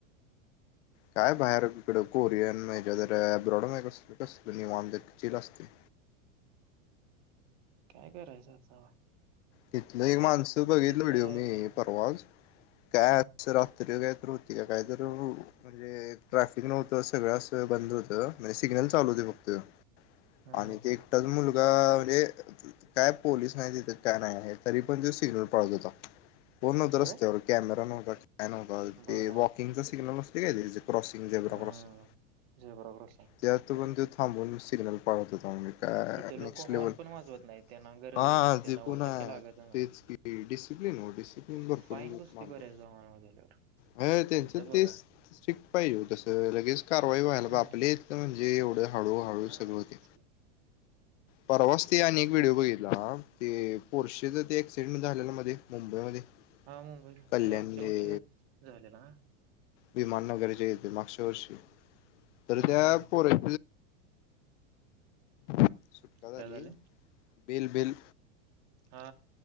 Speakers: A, on the left; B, on the right.
A: काय बाहेर तीकड कोरियन, <unintelligible> अब्रॉड कस. कसल निवांत <unintelligible> असती.
B: काय करायच <unintelligible>
A: तिथल एक माणसाचा बघितला व्हिडिओ
B: काय
A: मी
B: ऋषू
A: परवा काय
B: हा
A: <unintelligible> तरी काय तर होती का काहीतरी म्हणजे ट्रॅफिक नव्हत सगळ अस बंद होत. म्हणजे सिग्नल चालू होते फक्त
B: हम्म
A: आणि ते मुलगा म्हणजे काय पोलीस नाही तिथ. काय नाही आहे तरी पण तो सिग्नल पाळत होता, कोण नव्हत रस्त्यावर
B: व्हय
A: कॅमेरा नव्हता. काय नव्हता <unintelligible>
B: बघा
A: ते वॉकिंग चा सिग्नल नसतो काय त्यांचात. क्रॉसिंग झेब्रा
B: हम्म
A: क्रॉसिंग
B: तुझ्या बरोबर आहे
A: त्यातून पण त्यो थांबून सिग्नल पाळत होता.
B: तिथे लोक हॉर्न पण वाजवत नाही
A: <unintelligible>
B: त्यांना गरजच
A: हां
B: नसते
A: ते
B: नव्वद
A: हां
B: टक्के लागत नाही
A: तेच कि डिसिप्लिन हो डिसिप्लन
B: फाईन
A: भरपूर खूप
B: बसते
A: महत्वाच.
B: बऱ्याचदा हॉर्न वाजवल्यावर
A: अ त्यांच
B: इथं बघा
A: तेच स्ट्रिक्ट पाहिजे तस लगेच कारवाई व्हायला
B: हा
A: आपलेत. म्हणजे एवढ हाळू हाळू
B: हा
A: सुरू होती.
B: तेच की
A: परवाच ते आणि एक व्हिडिओ बघितलाना ते. पोरशच ते क्सिडेंट झाल ना मध्ये मुंबईमध्ये.
B: हा मुंबई
A: कल्याणले
B: मागच्या वर्षी झालेला
A: विमान <inaudible> येते मागच्या वर्षी
B: हम्म
A: तर त्या
B: हम्म
A: पोरा सुटका झाली
B: काय झाले
A: बिल बिल
B: हा